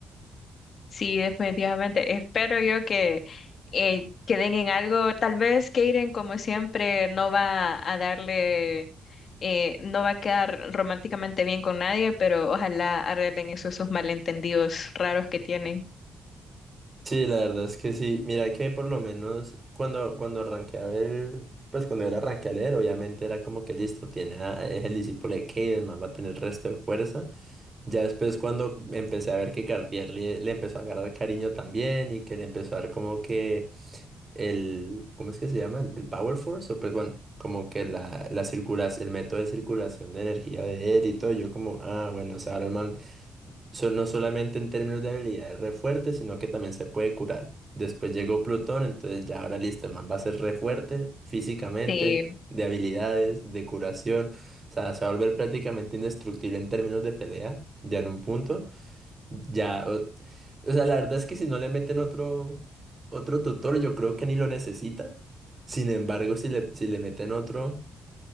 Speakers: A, on the left; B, on the right.
A: Sí, definitivamente. Espero yo que eh, queden en algo. Tal vez Kaden, como siempre, no va a darle, eh, no va a quedar románticamente bien con nadie, pero ojalá arreglen esos, esos malentendidos raros que tienen.
B: Sí, la verdad es que sí. Mira que por lo menos cuando, cuando arranqué a ver, pues cuando él arranqué a leer, obviamente era como que listo, tiene a- es el discípulo de Caden, más va a tener resto de fuerza. Ya después cuando empecé a ver que Cartier le, le empezó a agarrar cariño también y que le empezó a dar como que el, ¿cómo es que se llama? El, el Power Force, o pues bueno, como que la, la circulación, el método de circulación de energía de él y todo, yo como, ah, bueno, o sea, ahora el man So- no solamente en términos de habilidad es re fuerte, sino que también se puede curar. Después llegó Plutón, entonces ya ahora listo, el man va a ser re fuerte físicamente,
A: Sí.
B: de habilidades, de curación. O sea, se va a volver prácticamente indestructible en términos de pelea, ya en un punto. Ya, o, o sea, la verdad es que si no le meten otro, otro tutor, yo creo que ni lo necesita. Sin embargo, si le, si le meten otro.